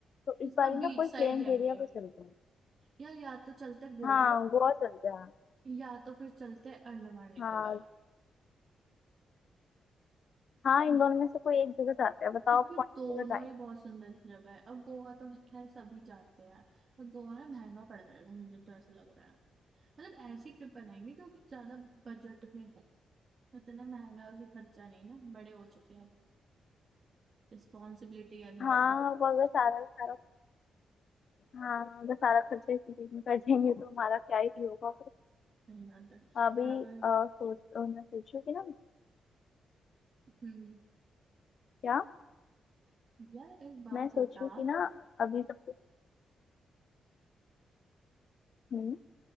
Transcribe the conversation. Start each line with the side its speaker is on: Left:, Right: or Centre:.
Left: तो
Right: इस
Left: इस बार
Right: बार
Left: ही
Right: बीच
Left: ना कोई
Right: साइड
Left: प्लेन्स
Right: जाएंगे
Left: एरिया पे चलते हैं
Right: या या तो चलते गोवा
Left: हाँ गोवा चलते हैं
Right: या तो फिर चलते अंडमान निकोबार
Left: हाँ हाँ इन
Right: अब
Left: दोनों में से कोई एक जगह जाते हैं बताओ
Right: क्योंकि
Left: आप कौन सी
Right: दोनों
Left: जगह जाएंगे
Right: ही बहुत सुंदर जगह है अब गोवा तो खैर सभी जाते हैं पर गोवा ना महंगा पड़ जाएगा मुझे तो ऐसा लग रहा है मतलब ऐसी ट्रिप बनाएंगे जो ज्यादा बजट में हो इतना महंगा भी खर्चा नहीं ना बड़े हो चुके हैं अब रिस्पॉन्सिबिलिटी है घर
Left: हाँ
Right: पे
Left: वो अगर सारा का सारा हाँ अगर सारा खर्चा इसी चीज में कर देंगे तो हमारा क्या ही होगा फिर
Right: नहीं आता
Left: अभी
Right: और अगर
Left: अ, सोच अ, मैं सोचू कि ना
Right: हम्म
Left: क्या
Right: यार एक बात
Left: मैं सोचू
Right: बता
Left: कि ना अभी सब हम्म